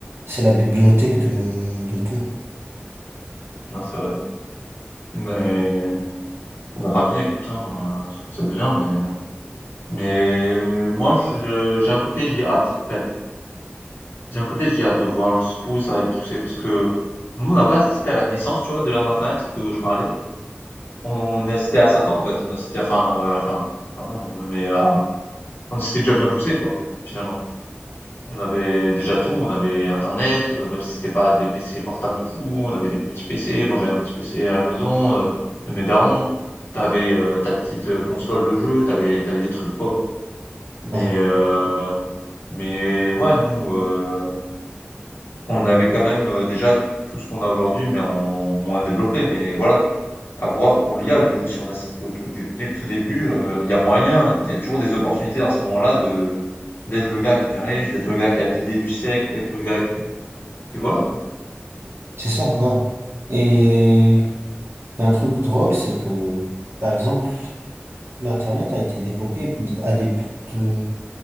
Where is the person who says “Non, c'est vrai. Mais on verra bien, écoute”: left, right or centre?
Left